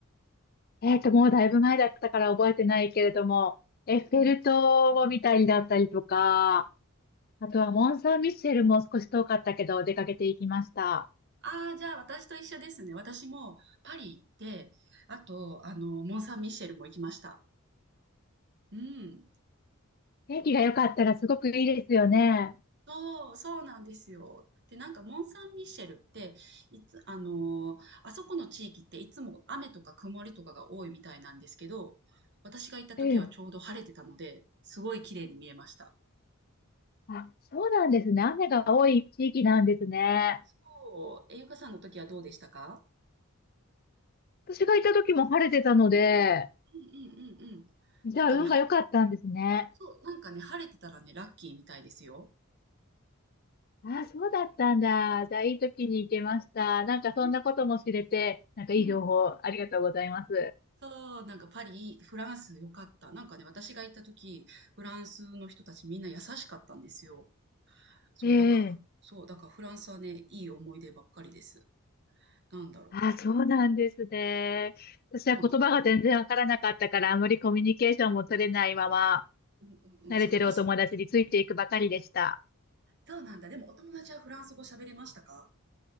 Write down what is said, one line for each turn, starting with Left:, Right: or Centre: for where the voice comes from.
Left: えーと、もうだいぶ前だったから覚えてないけれども、エッフェル塔を見たりだったりとか、
Right: うん。
Left: あとはモン・サン・ミッシェルも少し遠かったけど出かけていきました。
Right: ああー、じゃあ私と一緒ですね。私もパリ行って、あと、あの、モン・サン・ミシェルも行きました。うん。
Left: 天気が良かったらすごくいいですよね。
Right: そう、そうなんですよ。で、なんかモン・サン・ミッシェルって、いつ、あのーあそこの地域っていつも雨とか曇りとかが多いみたいなんですけど、私が行った時はちょうど晴れてたので、
Left: うん。
Right: すごい綺麗に見えました。
Left: あ、そうなんですね。雨が多い地域なんですね。
Right: そう、え、ゆかさんの時はどうでしたか
Left: 私が行った時も晴れてたので、
Right: うんうんうんうん。
Left: じゃあ、
Right: なんかね、
Left: 運が良かったんですね。
Right: は、そう、なんかね、晴れてたらね、ラッキーみたいですよ。
Left: ああ、そうだったんだ。じゃあ、いい時に行けました。なんか、そんなことも知れて、
Right: うん、
Left: なんか、いい情報、
Right: うん。
Left: ありがとうございます。
Right: そう、なんかパリ、フランス良かった。なんかね、私が行った時、フランスの人たちみんな優しかったんですよ。そう、
Left: ええ。
Right: だから、そう、だからフランスはね、いい思い出ばっかりです。なんだろ
Left: ああ、そうなんですね。私は言葉が全然わからなかったから、
Right: う。そうなん。
Left: あまりコミュニケーションも取れないまま、
Right: うんうんうん、
Left: 慣れてるお友達についていくばかりでした。
Right: そう、私も、そうなんだ。でもお友達はフランス語喋れましたか